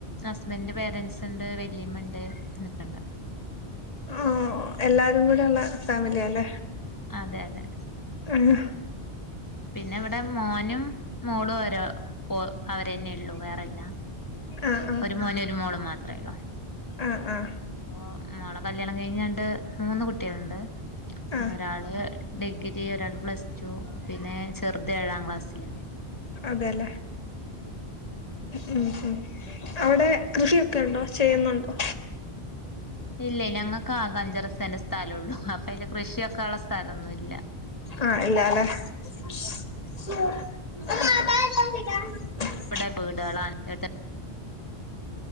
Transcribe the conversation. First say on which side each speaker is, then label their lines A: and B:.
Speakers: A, on the left; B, on the left.
A: ഹസ്ബന്റിന്റെ പേരൻ്റ്സ് ഇണ്ട് വല്ലിമ്മണ്ട് <unintelligible>
B: ഓഹ് എല്ലാരും കൂടെ ഉള്ള ഫാമിലിയാല്ലേ
A: അതെ അതെ
B: ആഹ
A: പിന്നെ ഇവിടെ മോനും മോളും ഓരോ ഓ അവരെന്നെ ഉള്ളു വേറെല്ല
B: ആഹ്
A: ഒരു മോനും ഒരു മോളും മാത്രമേ ഉള്ളൂ
B: ആഹ ആഹ
A: ഇപ്പോ മോളെ കല്യാണം കഴിഞ് രണ്ട് മൂന്ന് കുട്ടികളുണ്ട്
B: ആഹ്
A: ഒരാള് ഡിഗ്രി ഒരാൾ പ്ലസ് ടു പിന്നെ ചെറുദ് ഏഴാം ക്ലാസ്സിൽ
B: അതെല്ലേ ഉം ഉം അവിടെ കൃഷിയൊക്കെ ഉണ്ടോ ചെയ്യുന്നുണ്ടോ
A: ഇല്ല ഞങ്ങൾക്ക് ആക അഞ്ചറസേന്റ് സ്ഥലമ ഉള്ളു അപ്പൊ അതില് കൃഷിവെക്ക ഉള്ള സ്ഥലന്നുല്ല
B: ആഹ ഇല്ല ല്ലേ ശ് <unintelligible> <unintelligible>
A: ഇവിടെ വീടുകളാണ് <unintelligible>